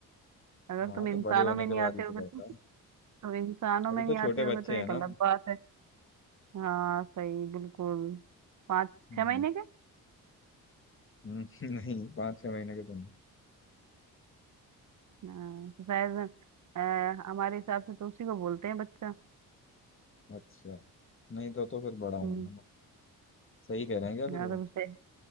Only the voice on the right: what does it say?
अगर
तुम
इंसानों
में
नहीं
आते
होगे तो
तुम इंसानों
में नहीं
आते होगे
तो
एक
अलग बात है हाँ सही बिल्कुल पाँच
छह महीने के
हाँ तो शायद अ, हमारे हिसाब से तो उसी को बोलते हैं बच्चा
हम्म
हाँ
तो सही